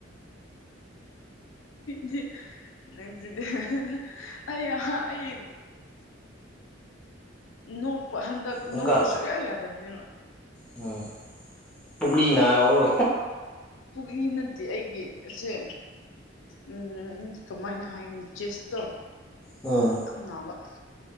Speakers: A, on the left; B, in the centre.
A: ꯗꯤ ꯅꯪꯁꯤꯗꯤ ꯑꯩ ꯑꯩ ꯅ ꯍꯟꯗꯛ
B: ꯑꯃꯨꯛꯀ
A: ꯅꯣꯛꯄ ꯁꯨꯌꯥ ꯌꯥꯗꯕꯅꯦꯕ
B: ꯎꯝ ꯄꯨꯛꯂꯤ ꯅꯕꯔꯣ
A: ꯂꯤ ꯅꯠꯇꯦ ꯑꯩꯒꯤꯁꯦ ꯎꯝ ꯀꯃꯥꯏꯅ ꯍꯥꯏꯒꯅꯤ ꯆꯦꯁꯇꯣ
B: ꯎꯝ
A: ꯌꯥꯝꯕ <unintelligible>